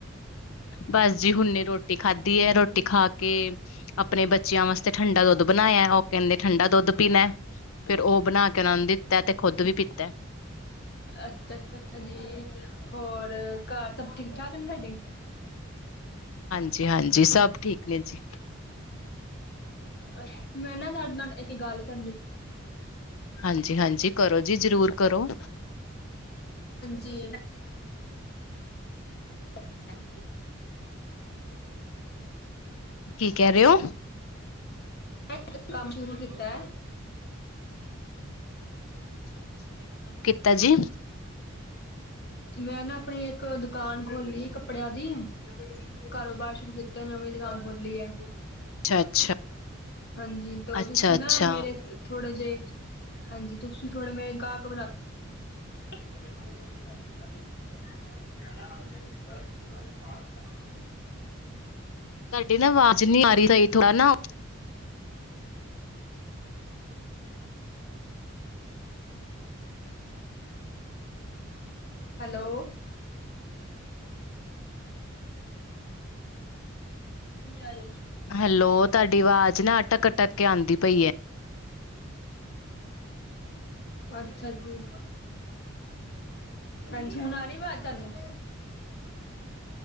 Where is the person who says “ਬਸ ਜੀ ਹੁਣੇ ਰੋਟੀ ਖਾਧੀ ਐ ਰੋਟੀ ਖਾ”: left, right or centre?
Left